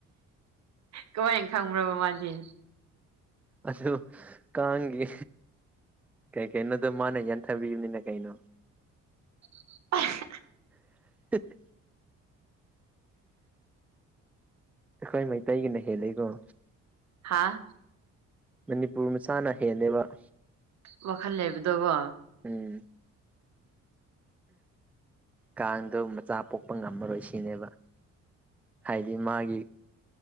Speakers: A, on the right (about 60°); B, in the centre.
A: ꯀꯃꯥꯏꯅ ꯈꯪꯕ꯭ꯔꯕ ꯃꯥꯗꯤ꯫
B: ꯑꯗꯨ ꯀꯥꯡꯒꯤ ꯀꯩ ꯀꯩꯅꯣꯗꯣ ꯃꯥꯅ ꯌꯥꯟꯊꯕꯤꯕꯅꯤꯅ ꯀꯩꯅꯣ꯫
A: <unintelligible>
B: <unintelligible> ꯑꯩꯈꯣꯏ ꯃꯩꯇꯩꯒꯤꯅ ꯍꯦꯜꯂꯦꯀꯣ꯫
A: ꯑꯥ
B: ꯃꯅꯤꯄꯨꯔ ꯃꯆꯥꯅ ꯍꯦꯜꯂꯦꯕ꯫
A: ꯋꯥꯈꯜ ꯂꯩꯕꯗꯣꯒꯣ꯫
B: ꯎꯝ ꯀꯥꯡꯗꯣ ꯃꯆꯥ ꯄꯣꯛꯄ ꯉꯝꯃꯔꯣꯏ ꯁꯤꯅꯦꯕ ꯍꯥꯏꯗꯤ ꯃꯥꯒꯤ